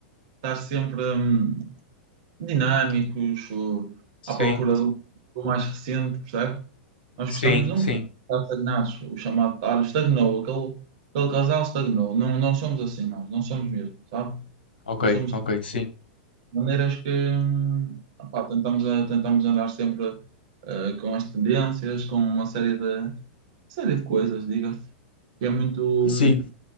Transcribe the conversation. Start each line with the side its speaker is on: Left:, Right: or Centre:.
Right: estar sempre hum, dinâmicos, hum,
Left: Sim,
Right: à procura do, do mais recente, percebe? Nós
Left: sim,
Right: gostamos, não
Left: sim.
Right: gostamos de um estar estagnados, o chamado, ah, estagnou, aquele, aquele casal estagnou. Não, não somos assim nós, não somos mesmo, sabe?
Left: Ok,
Right: Não somos
Left: ok, sim.
Right: maneiras que hum, opá, tentamos, a- tentamos andar sempre eh, com as tendências, com uma série de, série de coisas, diga-se, que é muito,
Left: Sim,